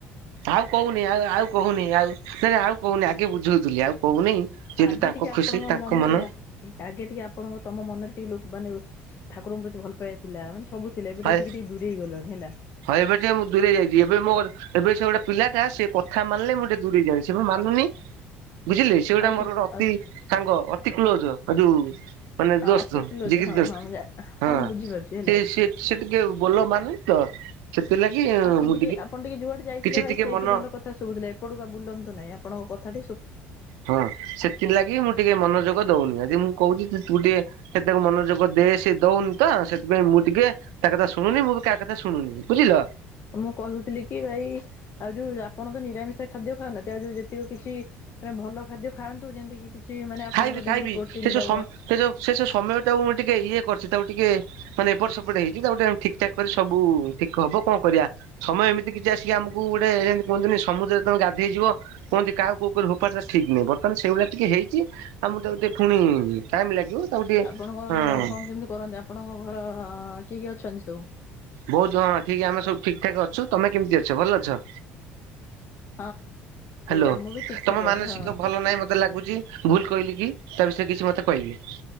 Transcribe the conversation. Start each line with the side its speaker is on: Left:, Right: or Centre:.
Right: ଆଉ କହୁନି ଆଉ ଆଉ କହୁନି ଆଉ ନା ନା ଆଉ କହୁନି ଆଗେ ବୁଝଉଥିଲି ଆଉ କହୁନି। ଯେହେତୁ
Left: ଆଗେ
Right: ତାଙ୍କ
Left: ଟିକେ ଆପଣଙ୍କ
Right: ଖୁସି ତାଙ୍କ
Left: ମନରେ
Right: ମନ
Left: ଆଗେ ଟିକେ ଆପଣଙ୍କ ତମ ମନରେ ଟିକେ ଲୋକ ମାନେ ଠାକୁରଙ୍କ ପ୍ରତି ଭଲ ପାଇବା ଥିଲା ମାନେ ସବୁ ଥିଲା ଏବେ
Right: ହଏ
Left: ଠାରୁ ଟିକେ ଟିକେ ଦୂରେଇ ଗଲଣି ହେଲା।
Right: ହଁ ଏବେ ଟିକେ ମୁଁ ଦୂରେଇ ଯାଇଛି ଏବେ ମୋ ଏବେ ସେ ଗୋଟେ ପିଲାଟା ସେ କଥା ମାନିଲେ ମୁଁ ଟିକେ ଦୂରେଇ ଯାନ୍ତି। ସେ ପରା ମାନୁନି। ବୁଝିଲେ ସେ ଗୋଟା
Left: ଆଉ
Right: ମୋର
Left: ତୁ
Right: ଅତି
Left: ଆଉ
Right: ସାଙ୍ଗ ଅତି କ୍ଳୋଜ ଏ ଯୋଉ ମାନେ ଦୋସ୍ତ
Left: ଅତି କ୍ଲୋଜ
Right: ଜିଗିର୍
Left: ହଁ
Right: ଦୋସ୍ତ
Left: ହଁ ମୁଁ
Right: ହଁ
Left: ମୁଁ ବୁଝିପାରୁଛି ହେଲା।
Right: ସେ ସେ ଟିକେ ବୋଲ ମାନୁନି ତ ସେଥିଲାଗି
Left: ଆପଣ
Right: ମୁଁ
Left: ଟିକେ ଆପଣ ଟିକେ ଯୁଆଡେ ଯାଇଥିଲେ
Right: କିଛି
Left: ଭାଇ
Right: ଟିକେ
Left: ସେଇଠି
Right: ମନ
Left: ଭଲ କଥା ଶୁଭୁଥିଲା। ଏପଟକୁ ଆଉ ବୁଲନ୍ତୁ ନାଇଁ ଆପଣଙ୍କ କଥା
Right: ହଁ ସେଥିଲାଗି ମୁଁ ଟିକେ ମନୋଯୋଗ ଦଉନି। ଯଦି ମୁଁ କହୁଛି ସେସବୁ ଟିକେ ମନୋଯୋଗ ଦେ ସେ ଦଉନି ତ ସେଥିପାଇଁ ମୁଁ ଟିକେ ତା କଥା ଶୁଣୁନି ମୁଁ ବି କାହା କଥା ଶୁଣୁନି ବୁଝିଲ।
Left: ମୁଁ କହୁଥିଲି କି ଭାଇ ଆଉ ଯୋଉ ଆପଣ ତ ନିରାମିଷା ଖାଦ୍ୟ ଖାଉନାହାନ୍ତି ଆଉ ଯୋଉ ଯେତିକି କିଛି ମାନେ ଭଲ ଖାଦ୍ୟ ଖାନ୍ତୁ ଯେମିତିକି କିଛି କି ମାନେ ଆପଣଙ୍କ
Right: ଖାଇବି
Left: ଦେହରେ
Right: ଖାଇବି
Left: ପ୍ରୋଟିନ
Right: ସେ ଯୋଉ
Left: ଦବ।
Right: ସ ସେ ଯୋଉ ସମୟ ଟାକୁ ମୁଁ ଟିକେ ଇଏ କରିଚି। ତାକୁ ଟିକେ ମାନେ ଏପଟ ସେପଟ ହେଇଛି ତାକୁ ଟିକେ ଠିକ୍ ଠାକ କରି ସବୁ ଠିକ ହବ କଣ କରିବା ସମୟ ଏମିତି କିଛି ଆସିକି ଆମକୁ ଗୋଟେ ଯେମିତି କୁହନ୍ତିନି ସମୁଦ୍ରରେ ତମେ ଗାଧେଇଯିବ କୁହନ୍ତି କାହାକୁ କୋଉ ଉପରେ ଫୋପାଡ଼ି ଦବ ଠିକ୍ ନାହିଁ। ବର୍ତ୍ତମାନ <unintelligible> ସେଇଭଳିଆ ଟିକେ ହେଇଚି। ଆମର ଟେ ଟିକେ ପୁଣି ଟାଇମ ଲାଗିବ ତାକୁ ଟିକେ
Left: ଆପଣଙ୍କ କଣ
Right: ହଁ
Left: କଣ କେମିତି କରନ୍ତି ଆପଣଙ୍କ ଘର କିଏ କିଏ ଅଛନ୍ତି ସବୁ?
Right: ବହୁତ ହଁ ଠିକ ଆମେ ସବୁ ଠିକ ଠାକ ଅଛୁ ତମେ କେମିତି ଅଛ ଭଲ ଅଛ।
Left: <inaudible>
Right: ହ୍ୟାଲୋ
Left: ଆ ମୁଁ ବି ଠିକ
Right: ତମ
Left: ଠାକ
Right: ମାନସିକ
Left: ଅଛି ହଁ।
Right: ଭଲ ନାହିଁ ମତେ ଲାଗୁଛି। ଭୁଲ କହିଲି କି? ତା ବିଷୟରେ କିଛି ମତେ କହିବେ।